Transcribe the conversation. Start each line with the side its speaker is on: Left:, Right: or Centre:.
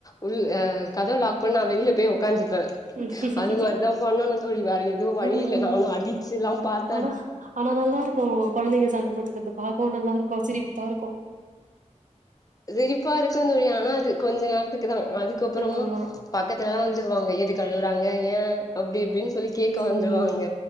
Left: உள் அ கதவ லாக் பண்ணா வெளியில போய் உக்காந்துப்பே
Right: ம்
Left: அது மாரிதா பண்ணனு தோழி வேற எதுவு வழியில்ல
Right: ம்
Left: நானு அடிச்சு எல்லா பாத்
Right: ஆனா ஆனா நல்லா இருக்கு கொழந்தைங்க சண்ட போட்டுக்கிறத பாக்கவு நல்லா இருக்கு சிரிப்பா இருக்கு
Left: சிரிப்பா இருக்கு தோழி ஆனா அது கொஞ்ச நேரத்துக்கு தா அதுக்கப்பறமா
Right: ஆமா
Left: பக்கத்துலலா வந்துருவாங்க எதுக் கு அழுவுறாங்க ஏன் அப்டி இப்டின்னு சொல்லி கேட்க
Right: ம்
Left: வந்துருவாங்க